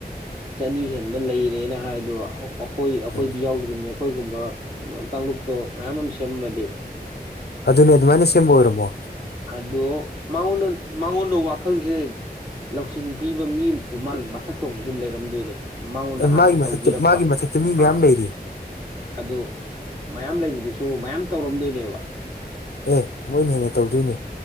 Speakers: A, on the right; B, on the left.
A: ꯆꯅꯤ ꯍꯦꯟꯕ ꯂꯩꯔꯦꯅ ꯍꯥꯏꯗꯣ ꯑꯩꯈꯣꯏ ꯑꯩꯈꯣꯏꯗꯤ
B: ꯎꯝ
A: ꯌꯥꯎꯗ꯭ꯔꯤꯕ ꯑꯩꯈꯣꯏꯒꯨꯝꯕ ꯀꯥꯡꯂꯨꯞꯇꯣ ꯃꯌꯥꯝ ꯑꯃ ꯁꯦꯝꯃꯝꯃꯗꯤ
B: ꯑꯗꯨꯅꯦ ꯑꯗꯨꯃꯥꯏꯅ ꯁꯦꯝꯕ ꯑꯣꯏꯔꯝꯃꯣ
A: ꯑꯗꯣꯉꯣꯟꯗ ꯃꯉꯣꯟꯗ ꯋꯥꯈꯜꯁꯦ ꯂꯧꯁꯤꯡ ꯄꯤꯕ ꯃꯤ ꯑꯃꯁꯨꯁꯨ ꯃꯥꯒꯤ ꯃꯊꯛ ꯊꯣꯡꯕꯁꯨ ꯂꯩꯔꯝꯗꯣꯏꯔ ꯃꯉꯣꯟꯗ
B: ꯑꯦ
A: ꯍꯥꯟꯅ
B: ꯃꯥꯒꯤ
A: ꯇꯧꯕꯤꯔꯛꯄ
B: ꯃꯊꯛꯇ ꯃꯥꯒꯤ ꯃꯊꯛꯇ ꯃꯤ ꯃꯌꯥꯝ
A: ꯑꯥ
B: ꯂꯩꯔꯤ
A: ꯑꯗꯨ ꯃꯌꯥꯝ ꯂꯩꯕꯗꯨꯁꯨ ꯃꯌꯥꯝ ꯇꯧꯔꯝꯗꯣꯏꯅꯦꯕ
B: ꯑꯦ ꯃꯣꯏꯅ ꯍꯦꯟꯅ ꯇꯧꯗꯣꯏꯅꯦ